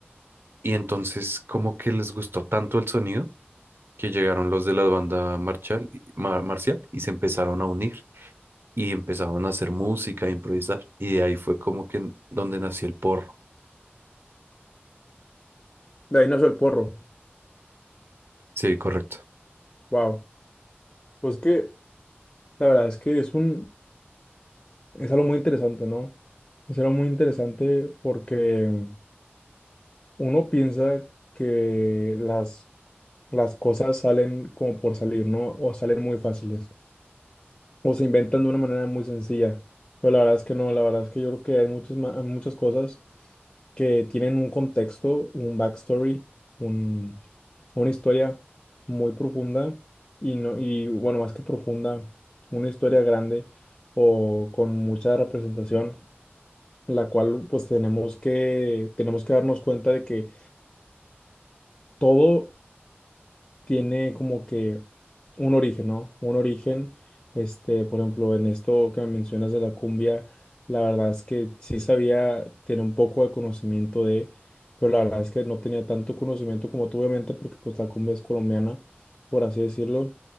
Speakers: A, on the right; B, on the left.
A: Y entonces como que les gustó tanto el sonido que llegaron los de la banda marcial, ma- marcial y se empezaron a unir y empezaron a hacer música, a improvisar. Y de ahí fue como que en- donde nació el porro.
B: de ahí nació el porro.
A: Sí, correcto.
B: Wow. Pues que, la verdad es que es un, es algo muy interesante, ¿no? Es algo muy interesante porque mm, uno piensa que las las cosas salen como por salir, ¿no? O salen muy fáciles, o se inventan de una manera muy sencilla. Pero la verdad es que no, la verdad es que yo creo que hay muchas, ma- hay muchas cosas que tienen un contexto, un backstory, un, una historia muy profunda y, no, y bueno, más que profunda, una historia grande o con mucha representación, la cual pues tenemos que, tenemos que darnos cuenta de que todo tiene como que un origen, ¿no? Un origen, este, por ejemplo, en esto que me mencionas de la cumbia, la verdad es que sí sabía tener un poco de conocimiento de, pero la verdad es que no tenía tanto conocimiento como tú, obviamente, porque pues la cumbia es colombiana, por así decirlo.